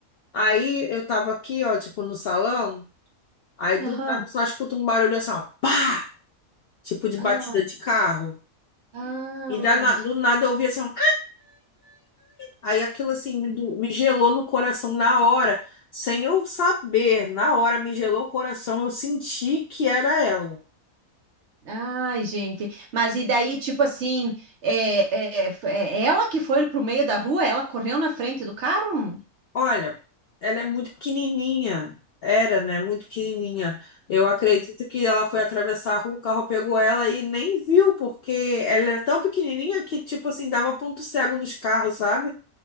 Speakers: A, on the left; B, on the right.
A: Aí eu tava aqui, ó, tipo, no salão. Aí
B: Aham.
A: do nada eu só escuto um barulho assim, ó, pá! Tipo de batida
B: Ah,
A: de carro.
B: ai.
A: E da, na- do nada eu ouvi assim, ó. Aí aquilo assim me, do- me gelou no coração na hora, sem eu saber, na hora me gelou o coração, eu senti que era ela.
B: Ai, gente. Mas e daí, tipo assim, é, é, é ela que foi pro meio da rua? Ela correu na frente do carro?
A: Olha, ela é muito pequenininha, era, né? Muito pequenininha. Eu acredito que ela foi atravessar a rua, o carro pegou ela e nem viu, porque ela era tão pequenininha que, tipo assim, dava ponto cego nos carros, sabe?